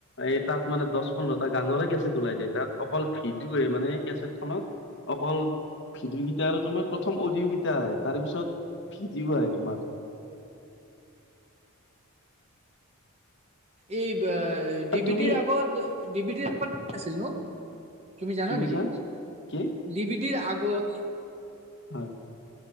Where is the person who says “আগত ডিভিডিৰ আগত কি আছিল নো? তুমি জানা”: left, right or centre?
Right